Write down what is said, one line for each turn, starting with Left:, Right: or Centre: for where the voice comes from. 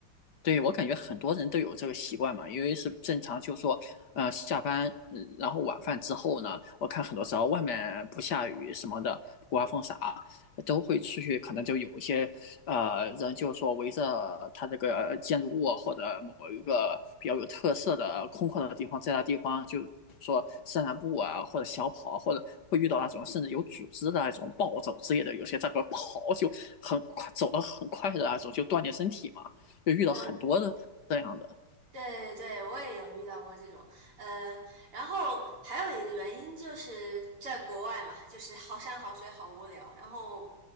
Left: 对，我感觉很多人都有这个习惯嘛，因为是正常，就说，呃，下班，呃然后晚饭之后呢，我看很多时候外面不下雨什么的，不刮风啥，都会出去，可能就有一些，呃，人就说围着他这个建筑物或者某一个比较有特色的空旷的地方，在那地方就说散散步啊，或者小跑，或者会遇到那种甚至有组织的那种暴走之类的，有些在那跑就很快，走得很快的那种，就锻炼身体嘛。就遇到很多的这样的，
Right: 嗯。对对，我也有遇到过这种，呃，然后还有一个原因就是在国外嘛，就是好山好水好无聊，然后